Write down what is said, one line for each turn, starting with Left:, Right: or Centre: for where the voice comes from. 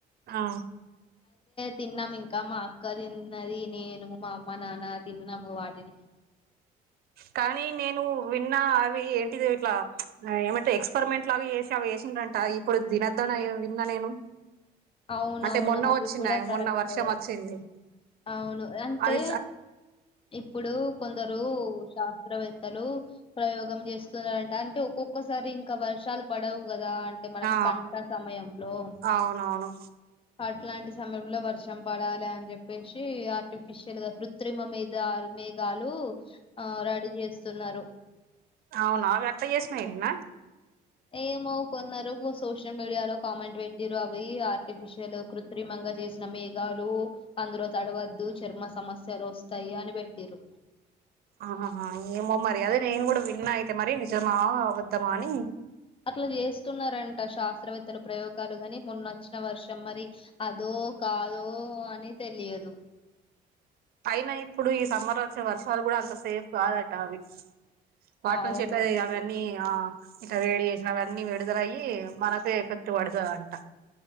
Right: హా
Left: తిన్నాము ఇంకా మా అక్క తిన్నది నేను మా అమ్మ నాన్న తిన్నాము వాటిని
Right: కానీ నేను విన్నా అవి ఏంటిది ఇట్లా ఏమంటే ఎక్స్పరిమెంట్ లాగా చేసి అవి ంట ఇప్పుడు దినధన విన్నా నేను
Left: అవునవును
Right: అంటే మొన్న
Left: అది
Right: వచ్చినాయి
Left: కూడా కరెక్ట్
Right: మొన్న వర్షం వచ్చింది
Left: అవును అంటే
Right: అది
Left: ఇప్పుడు కొందరుా శాస్త్రవేత్తలు ప్రయోగం చేస్తున్నంటే అంటే ఒక్కొక్కసారి ఇంకా వర్షాలు పడవు కదా అంటే మనకు
Right: ఆ
Left: పంట సమయంలో
Right: అవునవును
Left: అట్లాంటి సమయంలో వర్షం పడాలి అని చెప్పేసి ఆర్టిఫిషియల్ గా కృత్రిమ మీద మేఘాలు ఆ రెడీ చేస్తున్నారు
Right: అవునావిత్త చేసినయి ఏమ
Left: ఏమో కొన్నారురు సోషల్ మీడియా లో కామెంట్ పెట్టిరు అవి ఆర్టిఫిషియల్ కృత్రిమంగా చేసిన మేఘాలు అందులో తడవద్దు చర్మ సమస్యలు వస్తాయి అని పెట్టిరు
Right: ఆహా ఏమో మరి అదే నేను కూడా విన్నా అయితే మరి నిజమా వ అబద్ధమా అని
Left: అట్లా చేస్తున్నారంట శాస్త్రవేత్తలు ప్రయోగాలు గాని ముొన్న వచ్చిన వర్షం మరి అదో ఓ కాద అని తెలియదు
Right: అయినా ఇప్పుడు ఈ సంమ్మర్ వచ్చే వర్షాలు కూడా అంత సేఫ్ కాదంట అవి వాటి
Left: అవును
Right: నుంచి ఎట్లా అవన్నీ అ రేడియేషన్ అవన్నీ విడుదల అయి మనకే ఎఫెక్ట్ పడుతుందట.